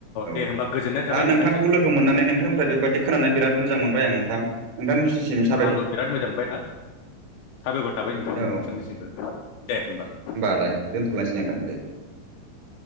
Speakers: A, on the right (about 60°); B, on the left (about 80°).
A: औ
B: दे होमबा गोजोननाय थाबाय
A: दा
B: नोंथांजों
A: नोंथांखौ लोगो मोननानै नोंथांनिफ्राय बेबायादि खोनानानै बिराद मोजां मोनबाय आं नोंथां नोंथांनिसिसिम स
B: आंबो बिराद मोजां मोनबाय नोंथां साबायखर थाबाय नोंथां
A: औ
B: नोंसांनिसिमबो दे होमबा
A: आदाय दोनथ'लायसै नोंथां
B: <inaudible>
A: दे